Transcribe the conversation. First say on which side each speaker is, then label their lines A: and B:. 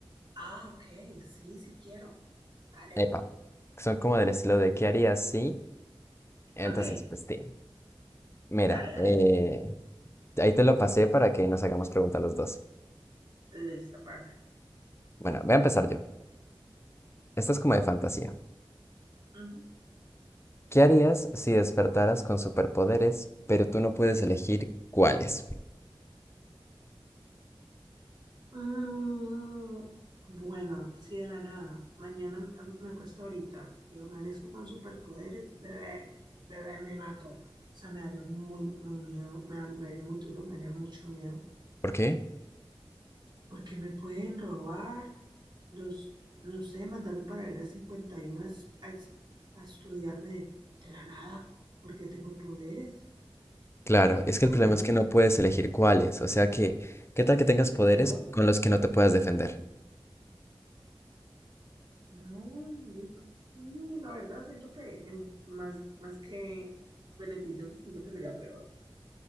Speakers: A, on the right (about 55°); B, on the left (about 30°).
A: ah, ok, sí, sí quiero. Dale.
B: Epa, son como del estilo de qué harías si, entonces
A: Ok,
B: pues sí. Mira,
A: dale, dale.
B: eh, ahí te lo pasé para que nos hagamos preguntas los dos.
A: Listo, perfecto.
B: Bueno, voy a empezar yo. Esta es como de fantasía.
A: Ujú.
B: ¿Qué harías si despertaras con superpoderes, pero tú no puedes elegir cuáles?
A: Mm, bueno, sí de la nada. Mañana m- me acuesto ahorita y amanezco con superpoderes, bebé, bebé, me mato. O sea, me daría muy, muy miedo, me, me haría muy duro, me haría mucho miedo.
B: ¿Por qué?
A: porque me pueden robar, los, no sé, mandarme para el área 51 a, es- a es- a estudiarme de, de la nada, porque tengo poderes,
B: Claro, es
A: obvio.
B: que el problema es que no puedes elegir cuáles, o sea que, ¿qué tal que tengas poderes
A: Peor,
B: con los que no te puedas defender?
A: no, marico, no, la verdad siento que en- más, más que beneficioso, siento que sería peor,